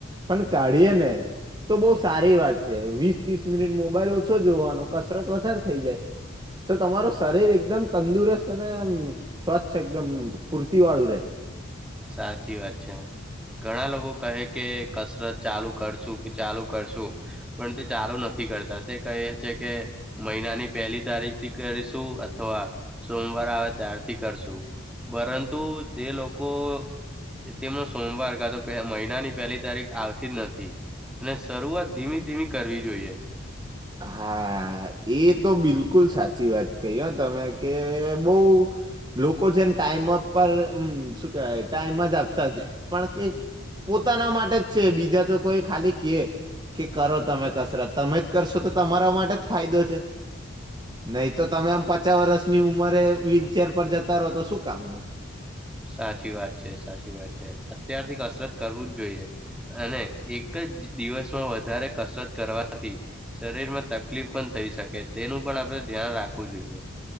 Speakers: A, on the right; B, in the centre.
A: પણ કાઢીએ ને. તો બહ સારી વાત છે, વીસ ત્રીસ મિનિટ મોબાઈલ. છો જોવા કસરત વધારે થઈ જાય તો તમારું શરીર એકદમ તંદુરસ્ત ને સ્વચ્છ એકદમ પૂરતી વાળું રે.
B: સાચી વાત છે. ઘણા લોકો કહે કે કસરત ચાલુ કરશું કે ચાલુ કરશું પણ તે ચાલુ નથી. થી કરતા તે કહે છે કે મહિનાની પહેલી તારીખથી કરીશું અથવા સોમવા <unintelligible> ત્યારથી કરશું પરંતુ તે લોકો. લોકો તેમનો સોમવાર કા તો મહિનાની પહેલી તારીખ આવતી જ નથી. અને શરૂઆત ધીમી ધીમી કરવી જોઈએ.
A: હા એ તો બિલકુલ સાચી વાત કહી તમે. કે બઉ લોકો છેને ટાઈમ <unintelligible> શું કેવાય ટાઈમ જ આપતા જાય પણ. પોતાના માટે જ છે, બીજા તો કોઈ ખાલી કે કે કરો તમે કસરત તમે જ. કરશો તો તમારા માટે જ ફાયદો છે, નહી તો તમે પાચાસ વર્ષની ઉંમરે વ્હીલચેર પર જતા રહો તો શું કામનું.
B: સાચી વાત છે સાચી વાત છે અત્યારથી કસરત કરવું જ જોઈએ અને એક જ દિવસમાં વધારે કસરત કરવાથી શરીર શરીરમાં તકલીફ પણ થઈ શકે તેનું પણ આપણે ધ્યાન રાખવું જોઈએ